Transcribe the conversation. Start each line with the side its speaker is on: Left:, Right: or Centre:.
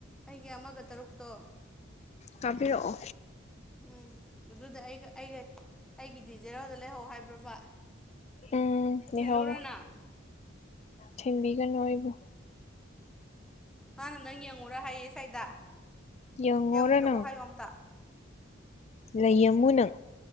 Centre: ꯑꯩꯒꯤ ꯑꯃꯒ ꯇꯔꯨꯛꯇꯣ
Left: ꯀꯥꯞꯄꯤꯔꯛꯑꯣ
Centre: ꯎꯝ ꯑꯗꯨꯗ ꯑꯩꯒ ꯑꯩꯒ ꯑꯩꯒꯤꯗꯤ ꯖꯦꯔꯣꯗ ꯂꯩꯍꯧ ꯍꯥꯏꯕ꯭ꯔꯣꯕ
Left: ꯎꯝ
Centre: ꯊꯤꯜꯂꯨꯔꯥ
Left: ꯂꯩꯍꯧꯔꯣ
Centre: ꯅꯪ
Left: ꯊꯤꯟꯕꯤꯒꯅꯨ ꯑꯩꯕꯨ
Centre: ꯃꯥꯅ ꯅꯪ ꯌꯦꯡꯉꯨꯔꯥ ꯍꯥꯏꯌꯦ ꯁꯥꯏꯗ
Left: ꯌꯦꯡꯉꯣꯔ
Centre: ꯌꯦꯡꯕꯤꯔꯛꯑꯣ
Left: ꯅꯪ
Centre: ꯍꯥꯏꯌꯣ ꯑꯝꯇ
Left: ꯂꯩꯌꯝꯃꯨ ꯅꯪ